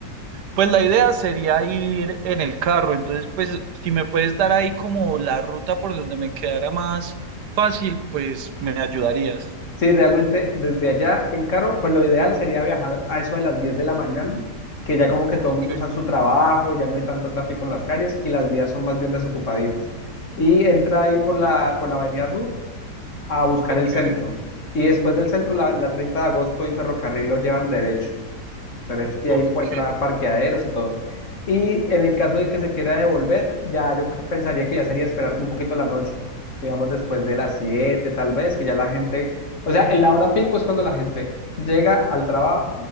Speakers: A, on the right; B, on the left.
A: Pues la idea sería ir en el carro, entonces, pues, si me puedes dar ahí como la ruta por donde me quedara más fácil, pues, me ayudarías.
B: Sí, realmente desde allá en carro, pues lo ideal sería viajar a eso de las 10 de la mañana, que ya como que todo
A: Ok.
B: el mundo está en su trabajo, ya no hay tanto tráfico en las calles y las vías son más bien desocupaditas. Y entra ahí por la, por la Avenida Sur a buscar
A: Ok,
B: el centro. Y después del centro, la, la 30 de agosto y ferrocarril lo llevan derecho. derecho, y
A: ok,
B: ahí encuentra parqueaderos y todo. Y en el caso de que se quiera devolver, ya yo pensaría que ya sería esperar un poquito la noche, digamos después de las 7 tal vez, que ya la gente, o sea, en la hora pico es cuando la gente llega al trabajo